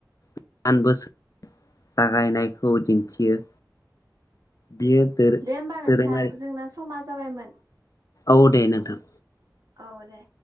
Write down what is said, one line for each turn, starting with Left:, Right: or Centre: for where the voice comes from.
Left: दान बोसोर जागायनायखौ दिन्थियो। बियो दोरोङारि
Right: दे होमबा नोंथां जोंना समा जाबायमोन।
Left: औ दे नोंथां
Right: औ दे।